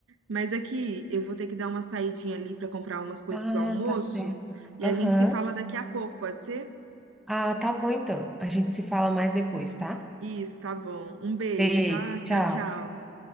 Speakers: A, on the right; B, in the centre.
A: Mas aqui eu vou ter que dar uma saidinha ali para comprar umas coisas
B: Ah,
A: pro almoço
B: tá certo.
A: e
B: Aham.
A: a gente se fala daqui a pouco, pode ser?
B: Ah, tá bom então. A gente se fala mais depois, tá?
A: Isso, tá bom. Um beijo,
B: Beijo,
A: tá? Tchau,
B: tchau.
A: tchau.